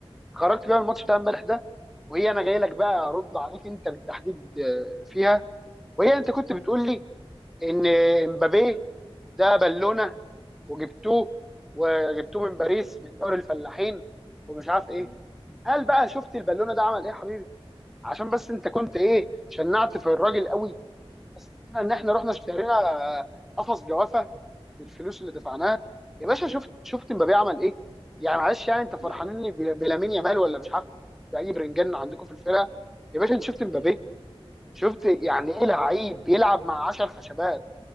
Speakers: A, in the centre; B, on the left (about 80°).
A: خرجت بيها من الماتش بتاع امبارح ده وهي انا جاي لك بقى
B: مم،
A: ارد عليك انت بالتحديد آه، فيها وهي انت كنت
B: مم،
A: بتقول لي ان امبابي ده بالونه وجبتوه وجبتوه من
B: مم،
A: باريس من دوري الفلاحين ومش عارف ايه
B: مم.
A: هل بقى شفت البالونه ده عمل ايه يا حبيبي عشان بس انت كنت ايه شنعت في الراجل قوي بس استنى ان احنا رحنا اشترينا آه، قفص جوافه بالفلوس اللي دفعناها يا باشا شفت شفت امبابي عمل ايه يعني معلش يعني انت فرحانين
B: يا
A: لي بلامين يامال ولا مش عارف باي برنجان عندكم في الفرقه يا باشا انت شفت امبابي
B: مم.
A: شفت يعني
B: يا
A: ايه لعيب
B: ب-
A: بيلعب مع 10 خشبات